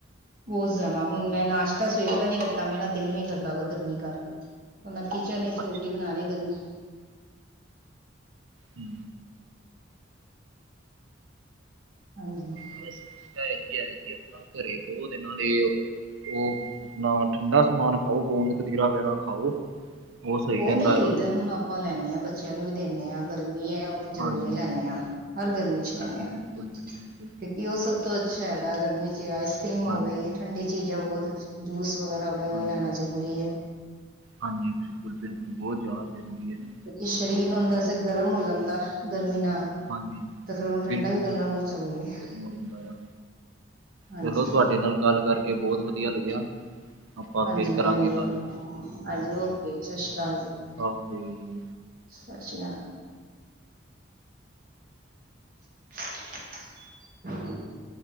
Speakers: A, on the right; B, on the right.
A: ਬੋਤ ਜਾਦਾ, ਹੁਣ ਮੈਂ ਨਾਸ਼ਤਾ ਸਵੇਰ ਦਾ ਨੀ ਕੀਤਾ, ਮੇਰੇ ਦਿਲ ਨੀ ਕਰਦਾ ਬਆ ਗਰਮੀ ਕਰਕੇ। ਹੁਣ ਮੈਂ ਕਿਚਨ ਇੱਚ
B: ਅੱਛਾ
A: ਰੋਟੀ ਬਣਾ ਰਈ ਗਰਮੀ
B: ਹੂੰ।
A: ਹਾਂਜੀ।
B: ਬਸ ਸਮੱਸਿਆ ਐਹੀ ਐ, ਕੀ ਆਪਣਾ ਘਰੇ ਬੋ ਦਿਨਾਂ ਦੇ ਓ ਅਪਣਾ ਠੰਡਾ ਸਮਾਨ ਖਾਓ, ਗੋਂਦ ਕਤੀਰਾ ਵਗੈਰਾ ਖਾਓ। ਉਹ ਸਹੀ
A: ਓਹ
B: ਰਹਿੰਦਾ
A: ਤੇ ਲਈਦਾ
B: ਆ
A: ਹੁਣ, ਆਪਾਂ ਲੈਂਨੇ ਆ, ਬੱਚਿਆਂ ਨੂੰ ਵੀ ਦਿੰਨੇ ਆ। ਗਰਮੀ ਏ, ਉਹ ਤੇ ਜ਼ਰੂਰ
B: ਹਾਂਜੀ
A: ਹੀ ਲੈਂਨੇ
B: ਹ
A: ਆ, ਹਰ ਗਰਮੀ ਚ ਲੈਂਨੇ
B: ਬਿਲਕੁਲ
A: ਆ,
B: ਬਿਲਕੁਲ
A: ਕਿਉਂਕਿ ਉਹ ਸਭ ਤੋਂ ਅੱਛਾ ਹੈਗਾ, ਗਰਮੀ ਇੱਚ ਆਈਸ ਕਰ੍ਰੀਮ ਹੋ
B: ਹਾਂਜੀ
A: ਗਈ, ਠੰਡੀ ਚੀਜ਼ਾਂ ਬੋਤ ਅਛ, ਜੂਸ ਵਗੈਰਾ ਓ
B: ਹਾਂ
A: ਲੈਣਾ ਜ਼ਰੂਰੀ ਏ।
B: ਹਾਂਜੀ ਬਿਲਕੁੱਲ-ਬਿਲਕੁੱਲ, ਬੋਤ ਜਾਦਾ ਜ਼ਰੂਰੀ ਏ ਜੀ।
A: ਕਿਉਕਿ ਸ਼ਰੀਰ ਨੂੰ ਅੰਦਰ ਸੇ ਗਰਮ ਹੋ ਜਾਂਦਾ ਏ, ਗਰਮੀ ਨਾਲ।
B: ਹਾਂਜੀ,
A: ਤੇ ਫਿਰ ਉਹਨੂੰ ਠੰਡਾ
B: ਬਿਲਕੁਲ-ਬਿਲਕੁਲ,
A: ਵੀ ਕਰਨਾ ਬਹੁਤ ਜ਼ਰੂਰੀ ਹੈ
B: ਗਰਮ ਹੋ ਜਾਂਦਾ ਆ।
A: ਹਾਂਜੀ
B: ਚਲੋ ਤੁਆਡੇ ਨਾਲ ਗੱਲ ਕਰਕੇ ਬਹੁਤ ਵਧੀਆ ਲੱਗਿਆ। ਆਪਾਂ
A: ਹਾਂਜੀ
B: ਫੇਰ
A: ਮੈਨੂੰ
B: ਕਰਾਂਗੇ
A: ਵੀ,
B: ਗੱਲ
A: ਹਾਂਜੀ ਓਕੇ, ਸਤਿ ਸ੍ਰੀ ਅਕਾਲ ਜੀ।
B: ਓਕੇ
A: ਸਤਿਸ਼੍ਰੀਆ। <inaudible>